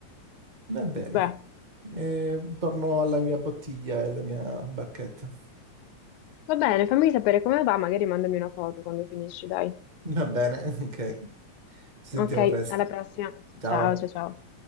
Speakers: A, on the right; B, on the left.
A: va bene.
B: Beh,
A: E torno alla mia bottiglia e alla mia barchetta.
B: va bene, fammi sapere come va, magari mandami una foto quando finisci, dai.
A: Va bene, <laughs> ok. Ci sentiamo
B: Ok,
A: presto.
B: alla prossima.
A: Ciao.
B: Ciao, ciao, ciao.